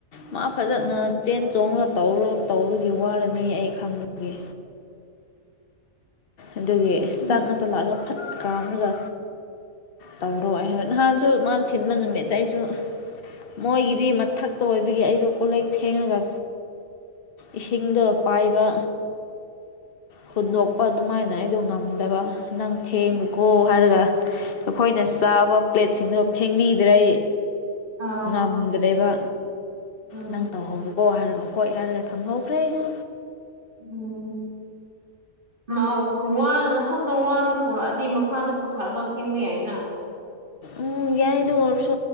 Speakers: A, on the left; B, on the right.
A: ꯃꯥ ꯐꯖꯅ
B: ꯎꯝ
A: ꯆꯦꯟ ꯆꯣꯡꯅ ꯇꯧꯔ ꯇꯧꯕꯒꯤ ꯋꯥꯔꯅꯤ ꯑꯩ ꯈꯪꯕꯒꯤ ꯑꯗꯨꯒꯤ
B: ꯎꯝ
A: ꯆꯥꯛ ꯉꯛꯇ ꯂꯥꯛꯂꯒ ꯐꯠ ꯀꯥꯝꯃꯒ ꯇꯧꯔꯣꯏ ꯍꯥꯏ ꯅꯍꯥꯟꯁꯨ ꯃꯥꯅ ꯊꯤꯟꯕ ꯅꯨꯃꯤꯠꯇ ꯑꯩꯁꯨ ꯃꯣꯏꯒꯤꯗꯤ <unintelligible> ꯑꯗꯨ ꯑꯣꯏꯕꯒꯤ ꯑꯩꯗꯨ ꯀꯣꯜꯂꯤꯛ ꯐꯦꯡꯉꯒ ꯏꯁꯤꯡꯗꯣ ꯄꯥꯏꯕ ꯍꯨꯟꯗꯣꯛꯄ ꯑꯗꯨꯃꯥꯏꯅ ꯑꯩꯗꯨ ꯉꯝꯗꯕ ꯅꯪ ꯐꯦꯡꯉꯨꯀꯣ
B: ꯎꯝ
A: ꯍꯥꯏꯔꯒ ꯑꯈꯣꯏꯅ ꯆꯥꯕ ꯄ꯭ꯂꯦꯠꯁꯤꯡꯗꯣ ꯐꯦꯡꯕꯤꯗ꯭ꯔꯦ
B: ꯑꯥ
A: ꯉꯝꯗ꯭ꯔꯦꯕ
B: ꯎꯝ
A: ꯅꯪ ꯇꯧꯍꯧꯔꯣ <unintelligible> ꯍꯥꯏꯔꯒ ꯍꯣꯏ ꯍꯥꯏꯔꯒ ꯊꯝꯍꯧꯈ꯭ꯔꯦ ꯑꯩꯁꯨ
B: ꯎꯝ ꯃꯥ ꯋꯥꯅ ꯃꯊꯛꯇ ꯋꯥꯅ ꯄꯨꯔꯛꯑꯗꯤ ꯃꯈꯥꯗ ꯄꯨꯊꯔꯒ ꯐꯦꯡꯕ ꯌꯥꯏꯅ
A: ꯎꯝ ꯌꯥꯏ ꯑꯗꯨ ꯑꯣꯏꯔꯁꯨ